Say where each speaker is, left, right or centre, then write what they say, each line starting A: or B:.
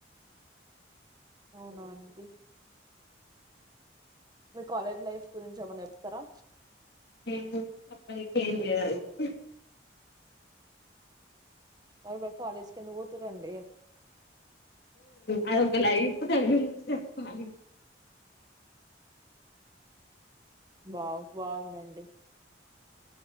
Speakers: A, on the right (about 20°); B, on the left (about 60°).
A: అవునా అండి మీ కాలేజ్ లైఫ్ గురించి ఏమైనా చెప్తారా.
B: లేదు చెప్పనికి ఏం లేదు అండి
A: అవున కాలేజ్ కి ఎందుకు ఓతురండి
B: అది ఒక లైఫ్ దాని గురించి చెప్పాలి
A: బా బావుందండి